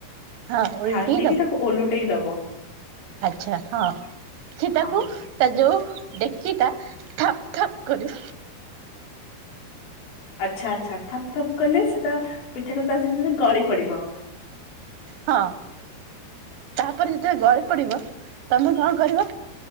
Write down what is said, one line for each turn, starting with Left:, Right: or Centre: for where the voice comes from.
Right: ହଁ ଓଲଟି
Left: ଥାଳି ନେଇକି ତାକୁ ଓଲଟେଇ ଦବ।
Right: ଆଛା ହଁ ସି ତାକୁ
Left: ହଁ।
Right: ତା ଯେଉଁ ଡେକଚିଟା ଥପ୍ ଥପ୍ କରି
Left: ଆଛା ଆଛା ଠପ୍ ଠପ୍ କଲେ ସେତା ପିଠାଟା ତାଦେରେ ଗଳି ପଡିବ।
Right: ହଁ। ତାପରେ ଯେତେବେ ଗଳି ପଡିବ ତମେ କଁ କରିବ